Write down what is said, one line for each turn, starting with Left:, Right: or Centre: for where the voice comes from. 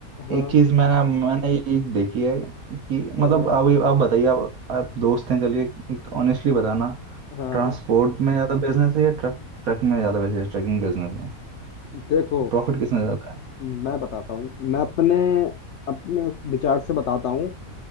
Left: हाँ
Right: एक चीज़ मैंने मैंने ये देखी है कि
Left: हाँ
Right: मतलब आप आप बताइए आप आप दोस्त हैं चलिए ऑनेस्टली बताना
Left: हाँ
Right: ट्रांसपोर्ट में ज़्यादा बिजनेस है या ट्रक ट्रक में ज़्यादा बिजनेस ट्रकिंग बिजनेस में
Left: देखो
Right: प्रॉफिट किसमें ज़्यादा
Left: मैं बताता हूँ मैं अपने अपने विचार से बताता हूँ